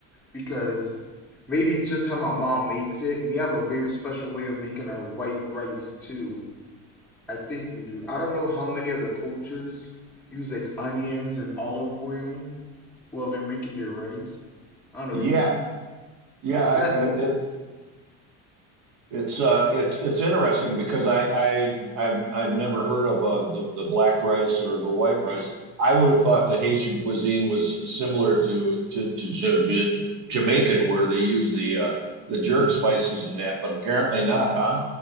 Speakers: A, in the centre; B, on the right (about 55°).
A: because maybe it's just how my mom makes it. We have a very special way of making our white rice too. I think we do. I don't know how many other cultures use like onions and olive oil while they're making their rice. I don't
B: Yeah,
A: know. Is,
B: yeah.
A: is
B: I,
A: that normal?
B: I, It's uh, it's it's interesting because I I I've I'd never heard of uh, the the black rice or the white rice. I would have thought the Haitian cuisine was similar to to to Ja- Ja-, Jamaican, where they use the uh, the jerk
A: hmm
B: spices and that, but apparently not, huh?